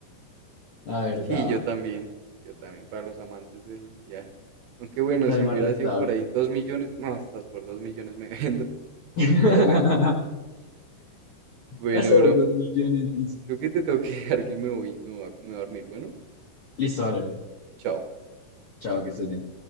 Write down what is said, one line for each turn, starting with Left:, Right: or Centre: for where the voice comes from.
Left: la verdad,
Right: Sí, yo también, yo también, para los amantes del viaje. Aunque bueno,
Left: sale
Right: si
Left: más
Right: hubiera
Left: rentable.
Right: sido por ahí 2 millones, no, hasta por 2 millones me <laughs> vendo.
Left: <laughs> Vas
Right: Pero bueno, bueno,
Left: A saber,
Right: bro,
Left: dos millones, dice.
Right: Creo que te tengo que <laughs> dejar que me voy, me voy a, me voy a dormir. Bueno,
Left: Listo, Valero.
Right: chao.
Left: Chao, que estés bien.